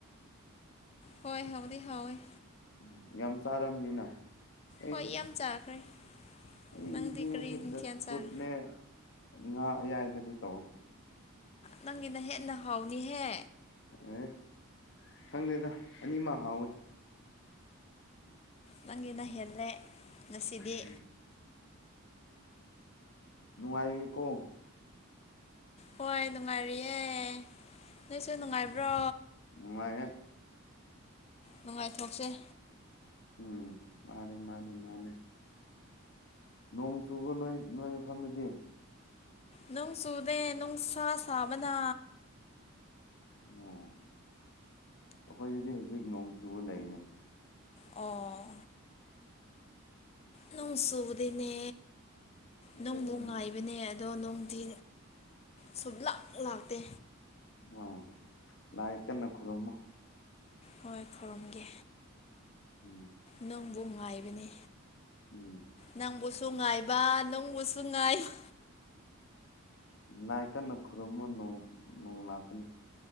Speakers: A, on the left (about 30°); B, on the left (about 60°).
A: ꯍꯣꯏ ꯍꯥꯎꯗꯤ ꯍꯋꯣꯏ
B: ꯎꯝ ꯌꯥꯝ ꯆꯥꯔꯝꯅꯤꯅ ꯑꯩꯁꯨ
A: ꯍꯣꯏ ꯌꯥꯝ ꯆꯥꯈ꯭ꯔꯦ
B: ꯑꯩꯒꯤꯗꯤꯁꯤ
A: ꯅꯪꯗꯤ ꯀꯔꯤ ꯃꯊꯦꯜ
B: ꯗꯁ
A: ꯆꯥꯔꯦ
B: ꯀꯨꯠꯅꯦ ꯉꯥ ꯑꯌꯥꯏꯕꯅꯦ ꯇꯧꯋꯦ
A: ꯅꯪꯒꯤꯅ ꯍꯦꯟꯅ ꯍꯥꯎꯅꯤꯍꯦ
B: ꯑꯦ ꯈꯪꯗꯦꯗ ꯑꯅꯤ ꯑꯃ ꯍꯥꯎꯋꯤ
A: ꯅꯪꯒꯤꯅ ꯍꯦꯜꯂꯦ ꯉꯁꯤꯗꯤ
B: ꯎꯝ ꯅꯨꯡꯉꯥꯏꯌꯦꯀꯣ
A: ꯍꯣꯏ ꯅꯨꯡꯉꯥꯏꯔꯤꯌꯦ ꯅꯣꯏꯁꯨ ꯅꯨꯡꯉꯥꯏꯕ꯭ꯔꯣ
B: ꯅꯨꯡꯉꯥꯏ
A: ꯅꯨꯡꯉꯥꯏꯊꯣꯛꯆꯩ
B: ꯎꯝ ꯃꯥꯅꯦ ꯃꯥꯅꯦ ꯃꯥꯅꯦ ꯅꯣꯡ ꯆꯨꯕ ꯅꯣꯏ ꯅꯣꯏ ꯃꯐꯝꯗꯗꯤ
A: ꯅꯨꯡ ꯆꯨꯗꯦ ꯅꯨꯡ ꯁꯥ ꯁꯥꯕꯅ
B: ꯑꯣ ꯑꯩꯈꯣꯏꯗꯗꯤ ꯍꯧꯖꯤꯛ ꯅꯣꯡ ꯆꯨꯕ ꯂꯩꯅꯦ
A: ꯑꯣ ꯅꯨꯡ ꯆꯨꯕꯗꯦꯅꯦ
B: ꯁꯤꯗꯗꯤ
A: ꯅꯨꯡꯕꯨ
B: ꯅꯣꯡ
A: ꯉꯥꯏꯕꯅꯦ ꯑꯗꯣ ꯅꯨꯡꯗꯤ ꯁꯨꯝ ꯂꯥꯛ ꯂꯥꯛꯇꯦ
B: ꯑꯥ ꯂꯥꯛꯑ ꯀꯟꯅ ꯈꯨꯔꯨꯝꯃꯨ
A: ꯍꯣꯏ ꯈꯨꯔꯨꯝꯒꯦ
B: ꯎꯝ
A: ꯅꯪꯕꯨ ꯉꯥꯏꯕꯅꯤ
B: ꯎꯝ
A: ꯅꯪꯕꯨ ꯁꯨꯡꯉꯥꯏꯕ ꯅꯣꯡꯕꯨ ꯁꯨꯡꯉꯥꯏꯕ
B: ꯅꯥ ꯀꯟꯅ ꯈꯨꯔꯨꯝꯃ ꯅꯣꯡ ꯅꯣꯡ ꯂꯥꯛꯀꯅꯤ